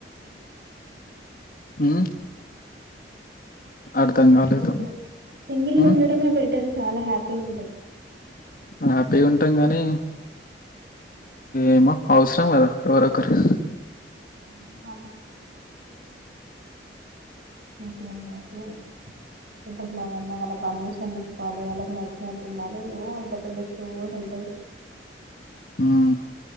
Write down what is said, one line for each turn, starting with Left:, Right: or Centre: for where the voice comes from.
Left: ఉమ్ అర్థం
Right: <inaudible>
Left: కాలేదు
Right: సింగిల్
Left: ఉమ్
Right: గుండడమే బెటర్ చాలా హ్యాప్ టే ఉంటే
Left: హ్యాపీ ఉంటాం గానీ ఏమో అవసరం కదా ఎవరో ఒకరు
Right: <inaudible> మీకేం తెలుసు ఇప్పుట్ల వాళ్ళ అమ్మవాళ్ళ పర్మిషన్ నీ వాళ్ళు వాళ్ళకి నచ్చినట్టు ఉండాలి ఓ అంత పెద్ద సోది ఉంటది
Left: ఉమ్